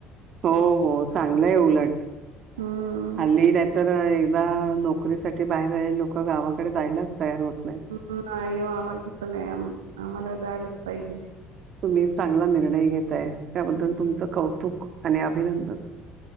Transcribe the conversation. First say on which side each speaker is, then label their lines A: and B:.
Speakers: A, on the right (about 55°); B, on the right (about 80°).
A: हो हो चांगलंय उलट
B: हम्म
A: हल्ली त्या तर नोकरी साठी बाहेर लोक गावाकडे जायलाच तयार होत नाहीत.
B: नाही हो आम्हाला तसं नाही आम्हाला जायलाच पाहिजे
A: मी चांगला निर्णय घेतय त्याबद्दल तुमचं कौतुक आणि अभिनंदन